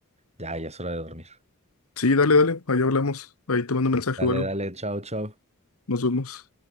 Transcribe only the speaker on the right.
ya, ya es hora de dormir.
Dale,
dale, chao, chao.